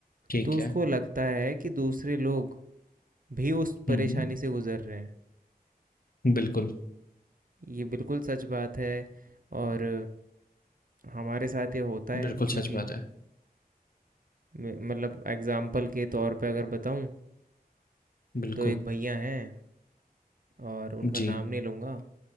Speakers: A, on the left; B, on the right.
A: ठीक
B: तो उसको
A: है
B: लगता है कि दूसरे लोग भी उस परेशानी
A: हम्म
B: से गुजर रहे हैं
A: बिल्कुल
B: ये बिल्कुल सच बात है और हमारे साथ ये होता है
A: बिल्कुल
B: क्योंकि
A: सच बात है
B: मे- मतलब एग्जाम्पल के तौर पे अगर बताऊँ
A: बिल्कुल
B: तो एक भैया हैं और उनका
A: जी
B: नाम नहीं लूँगा